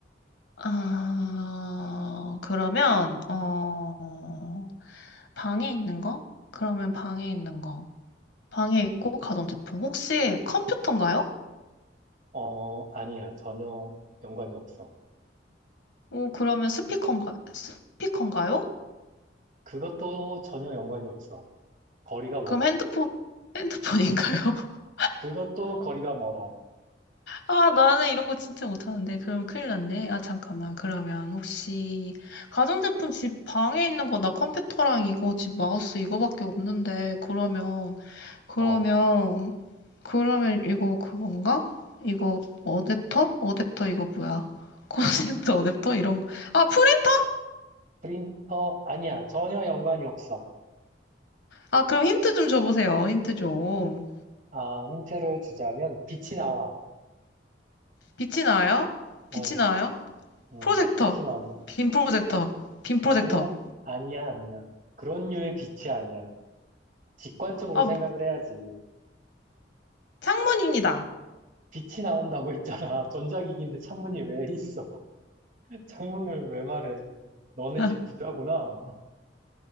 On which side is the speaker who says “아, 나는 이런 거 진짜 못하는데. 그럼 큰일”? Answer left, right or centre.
Left